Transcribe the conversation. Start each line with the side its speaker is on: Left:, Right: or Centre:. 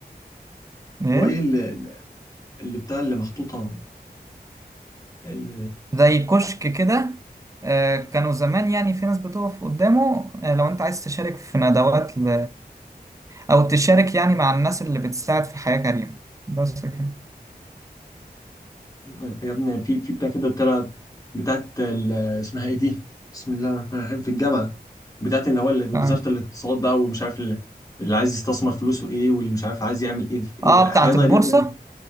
Right: ايه
Left: هو ايه اللي, اللي بتاع اللي محطوطة ال...
Right: زي كشك كده آه، كانوا زمان يعني في ناس بتقف قدامه آه، لو انت عايز تشارك في ندوات ل... او تشارك يعني مع الناس اللي بتساعد في حياة كريمة بس كده
Left: آه، يا ابني في في بتاع كده بتاعت بتاعت ال... اسمها ايه دي؟ بسم الله الرحمن الرحيم في الجامعة بتاعت اللي هو اللي وزارة
Right: اه
Left: الاقتصاد بقى والمش عارف اللي, اللي عايز يستثمر فلوسه ايه واللي مش عارف عايز يعمل ايه في ايه
Right: آه،
Left: حاجات
Right: بتاعت
Left: غريبة
Right: البورصة
Left: كده